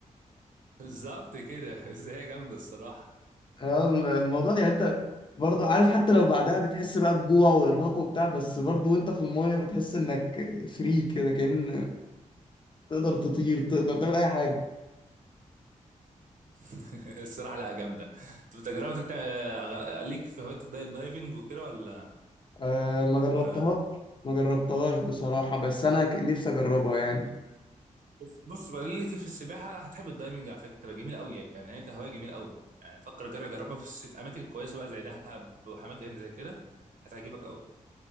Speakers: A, on the right; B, on the left.
A: بالظبط كده <laughs> بس هي جامده الصراحه
B: اه الموضوع يعني انت برضو عارف حتى لو بعدها بتحس بقى بجوع وارهاق وبتاع بس برضو وانت في المية بتحس انك فري كده كأن تقدر تطير تقدر تعمل اي حاجه
A: <laughs> الصراحه لا جامده طب انت جربت بتاع ليك في هوايه الدايت دايفنج وكده ولا
B: أه ما جربتهاش
A: ولا لا
B: ما جربتهاش بصراحه بس انا ك- نفسي اجربها يعني
A: بص بص بقى ليك في السباحه هتحب الدايفنج على فكره جميله قوي يعني هي كهوايه جميله قوي يعني فكر جرب جربها في, الس- في اماكن كويسه بقى زي دهب واماكن زي كده هتعجبك قوي